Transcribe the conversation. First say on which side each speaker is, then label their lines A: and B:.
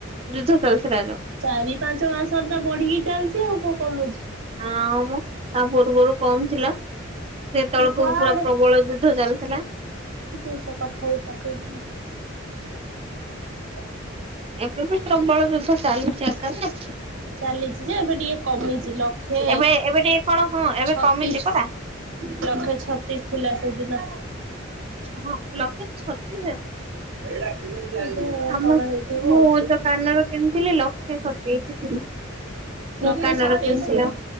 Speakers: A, on the right; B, on the right.
A: ଯୁଦ୍ଧ ଚାଲିଥିଲା ଯଉ।
B: ଚାରି-ପାଞ୍ଚ ମାସ ରେ ତ ବଢିକି ଚାଲିଛି ଆଉ କଉ କମୁଛି।
A: ହଁ ମ ତା ପୂର୍ବରୁ କମ ଥିଲା। ସେତେବେଳକୁ
B: ମୁଁ କୁଆଡେ
A: ପୁରା ପ୍ରବଳ ଯୁଦ୍ଧ ଚାଲିଥିଲା।
B: <inaudible> <inaudible>
A: ଏବେ ବି ପ୍ରବଳ ଯୁଦ୍ଧ ଚାଲୁଛି ଆକାଶରେ।
B: ଚାଲିଛି ଯେ ଏବେ ଟିକେ କମିଛି, ଲକ୍ଷେ
A: ଏବେ ଏବେ ଟିକେ କଣ ହଁ ଏବେ
B: ଛତିଶ।
A: କମିଛି ପରା
B: ଲକ୍ଷେ ଛତିଶ ଥିଲା ସେଦିନ।
A: ହଁ ଲକ୍ଷେ ଛତିଶ?
B: ଏବେ
A: ଆମ
B: କଣ ହେଇଥିବ
A: ମୁଁ
B: ଆଉ।
A: ଯଉ କାନ ର କିଣିଥିଲି ଲକ୍ଷେ ସତେଇଶ। <unintelligible>
B: ଲକ୍ଷେ ସତେଇଶି
A: ର କିଣିଥିଲ।